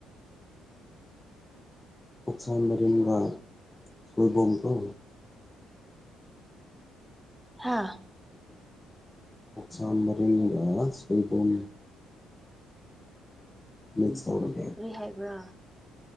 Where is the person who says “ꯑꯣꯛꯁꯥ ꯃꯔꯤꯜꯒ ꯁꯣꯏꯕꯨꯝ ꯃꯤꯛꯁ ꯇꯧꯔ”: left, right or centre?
Left